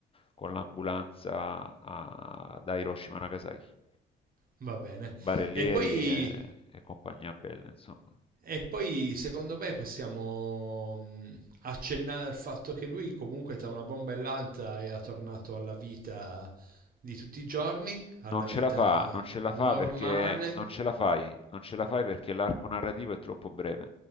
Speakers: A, on the left (about 30°); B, on the right (about 45°).
A: con l'ambulanza a- da Hiroshima a Nagasaki.
B: Va bene.
A: Barellieri
B: E poi,
A: e, e compagnia bella, insomma.
B: e poi secondo me possiamo mh, accennare al fatto che lui comunque tra una bomba e l'altra era tornato alla vita di tutti i giorni, alla
A: Non ce
B: vita
A: la fa, non ce la
B: normale.
A: fa perché non ce la fai, non ce la fai perché l'arco narrativo è troppo breve